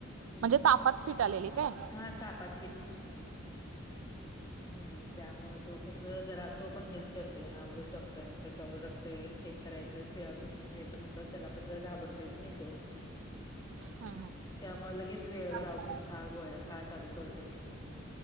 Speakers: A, on the left; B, on the right.
A: हम्म
B: म्हणजे ता. पत फिट आलेली काय.
A: हा तापात हम् त्यामुळे तो कस जरा तो पण हेच करतोय हा उगच डॉक्टरांकडे जाऊनतो. वगैरे चेक करायचं सुया घुसून घ्यायचं म्हटलं त्याला पण जर घबरतोयच नाही तो.
B: अ
A: त्यामुळे लगेच वेळेवर
B: घ.
A: औषध खा गोळ्या खा चालू करते.